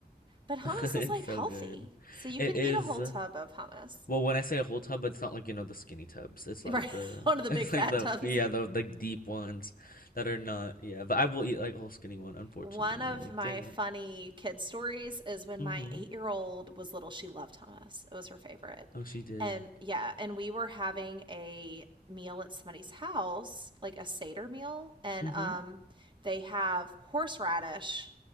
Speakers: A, on the right; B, on the left.
A: But hummus
B: <laughs> it's
A: is like
B: so
A: healthy,
B: good.
A: so you
B: It
A: can
B: is.
A: eat a whole tub of hummus.
B: Well, when I say a whole tub, it's not like you know the skinny tubs. It's like
A: Right,
B: the
A: <laughs> one of
B: <laughs>
A: the
B: it's
A: big fat
B: like the
A: tubs.
B: yeah the the deep ones that are not yeah. But I will eat like a whole skinny one. Unfortunately,
A: One of
B: I'm like
A: my
B: dang
A: funny
B: it.
A: kid stories is when
B: Mm-hmm.
A: my eight year old was little, she loved hummus. It was her favorite.
B: Oh, she did.
A: And yeah, and we were having a meal at somebody's house, like a Seder meal. And
B: Mm-hmm.
A: um, they have horseradish